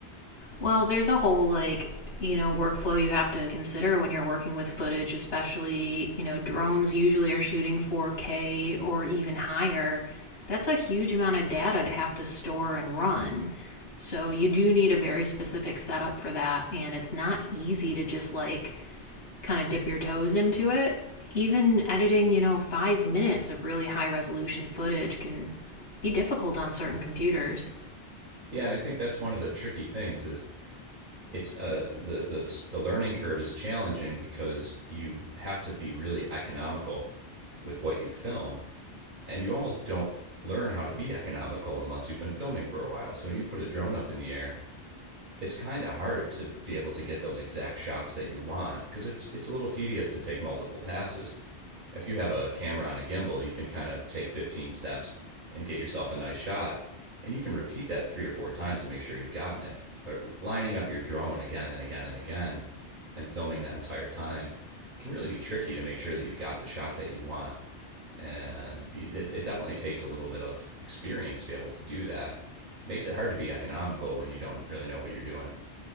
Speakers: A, on the left; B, on the right.
A: Well, there's a whole like you know workflow you have to consider when you're working with footage, especially you know drones usually are shooting 4K or even higher. That's a huge amount of data to have to store and run. So you do need a very specific setup for that, and it's not easy to just like kind of dip your toes into it. Even editing, you know, five minutes of really high resolution footage can be difficult on certain computers.
B: Yeah, and I think that's one of the tricky things is it's uh the the the learning curve is challenging because you have to be really economical with what you film, and you almost don't learn how to be economical unless you've been filming for a while. So when you put a drone up in the air, it's kind of hard to be able to get those exact shots that you want because it's it's a little tedious to take multiple passes. If you have a camera on a gimbal, you can kind of take 15 steps and get yourself a nice shot, and you can repeat that three or four times to make sure you've gotten it. But lining up your drone again and again and again and filming that entire time, it can really be tricky to make sure that you've got the shot that you want. And it, it definitely takes a little bit of experience to be able to do that. It Makes it hard to be economical when you don't really know what you're doing.